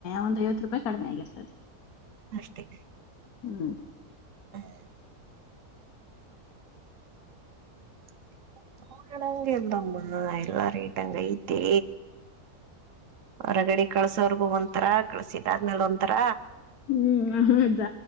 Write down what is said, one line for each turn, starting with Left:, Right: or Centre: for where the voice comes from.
Left: ಒಂದ್ ಐವತ್ತು ರೂಪಾಯಿ ಕಡಿಮೆ ಆಗಿರ್ತದೆ
Right: ಅಷ್ಟೇ
Left: ಹ್ಮ್
Right: ಹೆ <inaudible> ಳಗಿಲ್ಲಮ್ಮ ಎಲ್ಲ ರೇಟಂಗ ಐತೆ ಹೊರಗಡಿ ಕಳ್ಸೋರ್ಗೂ ಒಂತರ ಕಳ್ಸಿದಾದ್ಮೇಲೆ ಒಂತರ
Left: ಹ್ಮ್ ನೋಡ್ದ